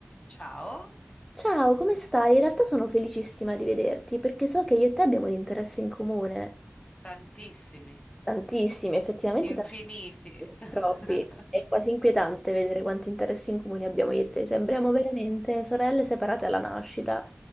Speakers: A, on the left; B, in the centre.
A: Ciao,
B: Ciao, come stai? In realtà sono felicissima di vederti perché so che io e te abbiamo un interesse in comune.
A: tantissimi,
B: Tantissimi, effettivamente
A: infiniti.
B: tantissimi,
A: <laughs>
B: troppi. È quasi inquietante vedere quanti interessi in comune abbiamo io e te. Sembriamo veramente sorelle separate alla nascita.